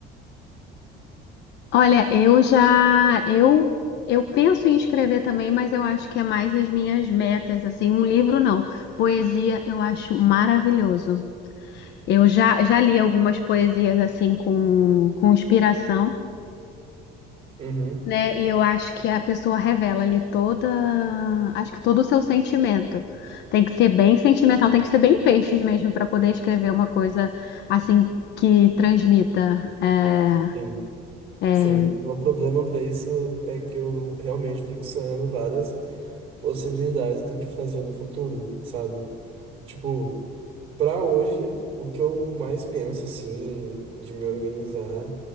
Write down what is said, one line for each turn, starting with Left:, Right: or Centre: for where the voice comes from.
Left: Olha, eu já, eu, eu penso em escrever também, mas eu acho que é mais as minhas metas, assim, um livro não, poesia eu acho maravilhoso. Eu já, já li algumas poesias assim com, com inspiração.
Right: Uhum.
Left: né? E eu acho que a pessoa revela ali toda, acho que todo o seu sentimento. Tem que ser bem sentimental, tem que ser bem peixes mesmo para poder escrever uma coisa assim que transmita. É,
Right: Sim,
Left: é,
Right: sim. O meu problema pra isso é que eu realmente fico sonhando várias. possibilidades do que fazer no futuro, sabe? Tipo, pra hoje, o que eu mais penso, assim, de me organizar